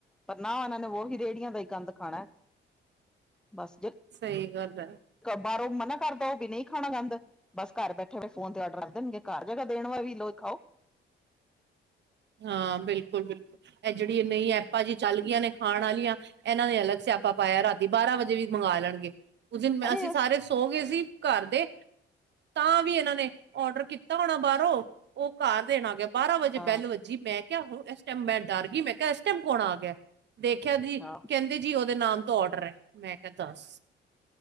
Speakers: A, in the centre; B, on the right.
A: ਪਰ ਨਾ ਉਹਨਾਂ ਨੇ ਵਹੀ ਰੇਹੜੀਆਂ ਦਾ ਹੀ ਗੰਦ ਖਾਣਾ ਬਸ ਜ
B: ਸਹੀ ਗੱਲ ਹੈ,
A: ਬਾਹਰੋਂ ਮਨਾ ਕਰਦਾ ਉਹ ਵੀ ਨਹੀਂ ਖਾਣਾ ਗੰਦ, ਬਸ ਘਰ ਬੈਠੇ ਫ ਫੋਨ ਤੇ ਆਡਰ ਰੱਖ ਦੇਣਗੇ ਘਰ ਜਗ੍ਹਾ ਦੇਣ ਵਾ ਵੀ। ਲੋ ਖਾਓ,
B: ਹਾਂ ਬਿਲਕੁਲ, ਬਿਲਕੁਲ ਇਹ ਜਿਹੜੀ ਇਹ ਐਪਾਂ ਜੀ। ਚੱਲ ਗਈਆਂ, ਨੇ ਖਾਣ ਵਾਲੀਆਂ ਇਹਨਾਂ ਨੇ ਅਲੱਗ ਸਿਆਪਾ ਪਾਇਆ ਰਾਤੀ ਬਾਰਾਂ ਵਜੇ ਵੀ ਮੰਗਵਾ ਲਣਗੇ। ਉਸ ਦਿਨ
A: ਅਰੇ
B: ਅਸੀਂ ਸਾਰੇ ਸੋ ਗਏ ਸੀ ਘਰ ਦੇ ਤਾਂ ਵੀ ਇਹਨਾਂ ਨੇ, ਔਡਰ ਕੀਤਾ ਹੋਣਾ ਬਾਹਰੋਂ ਉਹ ਘਰ ਦੇਣਾ ਗਿਆ, ਬਾਰਾਂ ਵਜੇ
A: ਹਾਂ
B: ਬੈਲ ਵਜੇ, ਜੀ ਮੈਂ ਕਿਹਾ ਹੁਣ ਇਸ ਟਾਈਮ ਮੈਂ ਡਰ ਗਈ ਮੈਂ ਕਿਹਾ ਇਸ ਟਾਈਮ ਕੌਣ ਆ ਗਿਆ ਦੇਖਿਆ ਜੀ
A: ਹਾਂ
B: ਕਹਿੰਦੇ। ਜੀ ਉਹਦੇ ਨਾਮ ਤੋਂ ਔਡਰ ਹੈ, ਮੈਂ ਕਿਹਾ ਦੱਸ